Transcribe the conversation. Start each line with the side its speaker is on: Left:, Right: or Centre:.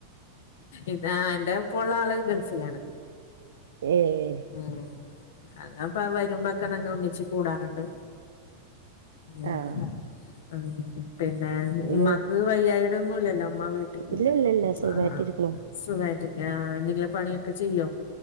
Left: ഇതാ എന്റൊപ്പള്ള ആള് ഗൾഫിലാണ്
Right: ഏഹ്
Left: ഉം അതാപ്പ വരുമ്പോക്കെ ഞങ്ങ ഒന്നിച്ച് കൂടാറ്ണ്ട് ഉം
Right: ആഹ്
Left: ഉം പിന്നെ
Right: ഇല്ല
Left: ഉമ്മാക്ക് വയ്യായിടൊന്നുല്ലല്ലോ ഉമ്മ വീട്ട്ക്ക്
Right: ഇല്ല ഇല്ല സുഖായിട്ടിരിക്ക്ണു
Left: ആഹ് ആഹ് സുഖായിട്ടില്ലാ ആഹ് എന്തെങ്കിലും പണിയൊക്കെ ചെയ്യോ